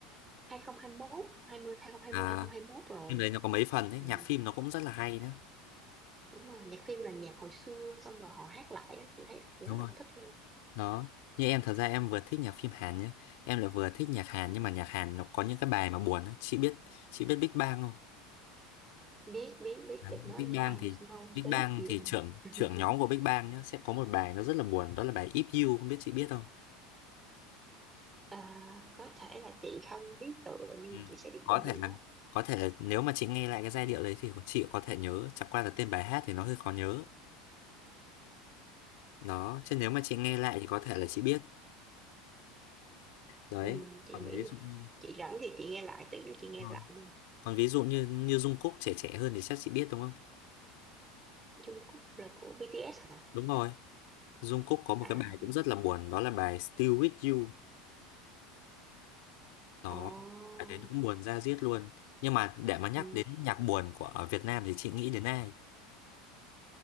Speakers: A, on the right (about 15°); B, on the left (about 70°).
A: 2021 20 2020
B: À,
A: 2021 rồi
B: phim đấy nó có mấy phần đấy,
A: ừ.
B: nhạc phim nó cũng rất là hay nhá.
A: đúng rồi nhạc phim là nhạc hồi xưa xong rồi họ hát lại á, chị thấy chị
B: Đúng
A: rất
B: rồi.
A: là thích luôn
B: Đó, như em thật ra em vừa thích nhạc phim Hàn nhá. Em lại vừa thích nhạc Hàn nhưng mà nhạc Hàn nó có những cái bài mà buồn á. Chị biết, chị biết Big Bang không?
A: biết biết biết
B: Đấy,
A: được nói
B: Big
A: nghe
B: Bang
A: ai
B: thì
A: snow
B: Big
A: sleep
B: Bang
A: gì
B: thì
A: hả
B: trưởng trưởng
A: <laughs>
B: nhóm của Big Bang nhá sẽ có một bài nó rất là buồn đó là bài If You không biết chị biết không
A: Ờ, có thể là chị không biết tựa nhưng
B: ừ.
A: mà chị sẽ biết
B: có
A: giai
B: thể
A: điệu
B: là
A: á
B: có thể là nếu mà chị nghe lại cái giai điệu đấy thì chị có thể nhớ chẳng qua là tên bài hát thì nó hơi khó nhớ đó chứ nếu mà chị nghe lại thì có thể là chị biết đấy
A: ừ, chị
B: còn
A: nghĩ
B: ví dụ
A: là
B: như
A: chị rảnh thì chị nghe lại tí nữa chị nghe
B: Rồi.
A: lại luôn
B: còn ví dụ như như Jungkook trẻ trẻ hơn thì chắc chị biết đúng không
A: Jungkook Cúc là của BTS hả
B: đúng rồi Jungkook có một
A: à
B: cái bài cũng rất là buồn đó là bài Still With You Đó,
A: ồ
B: cái đấy cũng buồn da diết luôn. Nhưng mà để mà nhắc
A: ừ,
B: đến nhạc buồn của ở Việt Nam thì chị nghĩ đến ai?